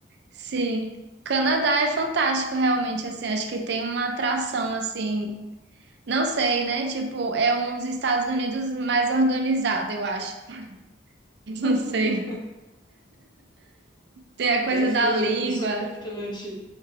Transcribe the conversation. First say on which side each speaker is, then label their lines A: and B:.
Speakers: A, on the right; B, on the left.
A: Sim. Canadá é fantástico, realmente, assim, acho que tem uma atração, assim, não sei, né? Tipo, é uns Estados Unidos mais organizado, eu acho. <laughs>
B: <laughs>
A: Não sei. Tem a
B: E
A: coisa
B: é frio,
A: da língua.
B: isso é importante.